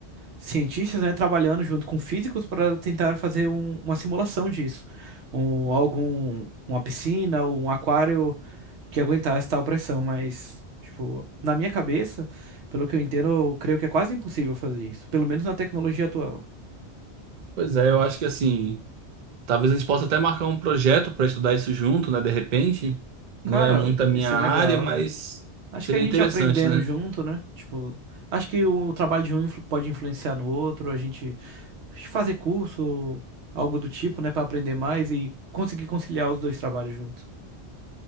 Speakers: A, on the right; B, on the right.
A: cientistas, né, trabalhando junto com físicos para tentar fazer um- uma simulação disso. Um, algum, uma piscina ou um aquário que aguentasse tal pressão, mas, tipo, na minha cabeça, pelo que eu entendo, eu creio que é quase impossível fazer isso, pelo menos na tecnologia atual.
B: Pois é, eu acho que assim, talvez a gente possa até marcar um projeto para estudar isso junto, né? De repente, não
A: Cara,
B: é muito a minha
A: isso
B: área,
A: é legal.
B: mas
A: Acho
B: seria
A: que a gente
B: interessante,
A: aprendendo
B: né?
A: junto, né? Tipo, acho que o, trabalho de um influ- pode influenciar no outro, a gente fazer curso, algo do tipo, né, Pra aprender mais e conseguir conciliar os dois trabalhos junto.